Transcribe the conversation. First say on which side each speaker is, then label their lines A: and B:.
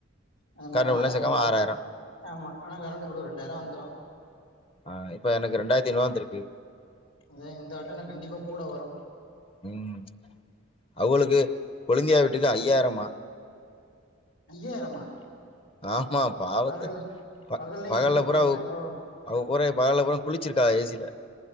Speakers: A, on the left; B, on the left.
A: அது மட்டு
B: கார்னவெல்லா
A: ஆறாயிர
B: சேக்காம
A: குடுக்கு
B: ஆறாயிரோ
A: ஆமா ஆனா கரண்ட் பில் ரெண்டாயிர வந்துரு
B: ஆ இப்ப எனக்கு ரெண்டாயிரத்தி ஐநூறுவா வந்திருக்கு
A: அதா இந்த வட்ட எனக்கு கண்டிப்பா கூட வரு
B: ம் அவுகளுக்கு கொழந்தியா வீட்டுக்கு ஐயாயிரமா
A: ஐயாயிரமா
B: ஆமா பாவத்த
A: பகல்
B: ப
A: பகல்லயு
B: பக
A: ஏசி போட்ருப்பாய்ங்களோ
B: பூரா அவுக பூரா பகல்ல பூரா குளிச்சிருக்காக ஏசில